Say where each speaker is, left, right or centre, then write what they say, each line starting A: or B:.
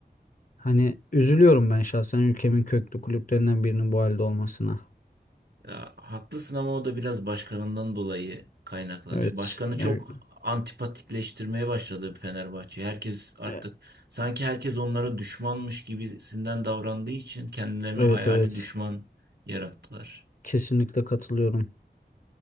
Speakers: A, on the left; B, on the right.
A: Hani üzülüyorum ben şahsen ülkemin köklü kulüplerinden birinin bu halde olmasına.
B: Ya, haklısın ama o da biraz başkanından dolayı kaynaklanıyor.
A: Evet.
B: Başkanı çok
A: Yani,
B: antipatikleştirmeye başladı Fenerbahçe. Herkes artık
A: e,
B: sanki herkes onlara düşmanmış gibisinden davrandığı için kendilerine
A: evet
B: hayali
A: evet.
B: düşman yarattılar.
A: Kesinlikle katılıyorum.